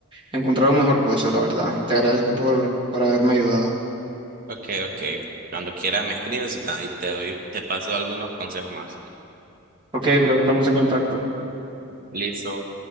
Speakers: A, on the right (about 20°); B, on the right (about 40°).
A: encontrar un mejor puesto, la verdad. Te agradezco por, por haberme ayudado.
B: Ok, ok. Cuando quieras me escribes y ta- y te doy, te paso algunos consejos más.
A: Ok, bro, estamos en contacto.
B: Listo.